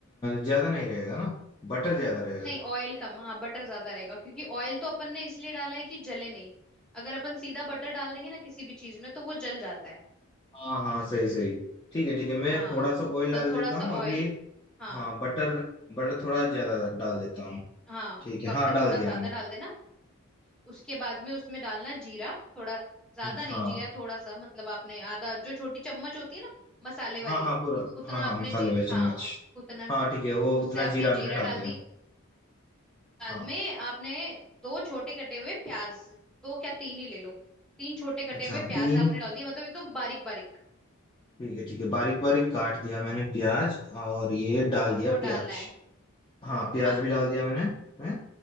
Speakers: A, on the left; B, in the centre.
A: ज्यादा नहीं रहेगा ना बटर ज्यादा रहेगा
B: नहीं ऑयल कम हाँ बटर ज्यादा रहेगा क्योंकि ऑयल तो अपन ने इसलिए डाला है कि जले नहीं अगर अपन सीधा बटर डाल देंगे ना किसी भी चीज में तो वो जल जाता है
A: हाँ हाँ सही सही ठीक है ठीक है मैं
B: हाँ
A: थोड़ा सा ऑयल डाल
B: तो थोड़ा
A: देता
B: सा
A: हूँ अभी
B: ऑयल हाँ
A: हाँ बटर बटर थोड़ा ज्यादा डाल देता हूँ
B: हाँ
A: ठीक है
B: बटर
A: हाँ डाल
B: थोड़ा
A: दिया
B: ज्यादा
A: मैंने
B: डाल देना उसके बाद में उसमें डालना जीरा थोड़ा ज्यादा
A: हाँ
B: नहीं जीरा थोड़ा सा मतलब आपने आधा जो छोटी चम्मच होती है ना मसाले वाली
A: हाँ हाँ पूरा
B: उतना
A: हाँ हाँ
B: आपने
A: मसाले
B: जी
A: वाले
B: हाँ
A: चम्मच
B: उतना
A: हाँ ठीक है वो
B: उससे
A: उतना
B: आपने
A: जीरा मैंने
B: जीरा
A: डाल
B: डाल
A: दिया
B: दी
A: हाँ
B: बाद में आपने दो छोटे कटे हुए प्याज दो क्या तीन ही ले लो तीन छोटे
A: अच्छा
B: कटे हुए प्याज
A: तीन
B: आपने डाल दिए मतलब एकदम बारीक बारीक
A: ठीक है ठीक है बारीक बारीक काट दिया मैंने प्याज और ये डाल
B: और
A: दिया
B: वो
A: प्याज
B: डालना है
A: हाँ प्याज
B: हाँ
A: भी डाल दिया मैंने हैं?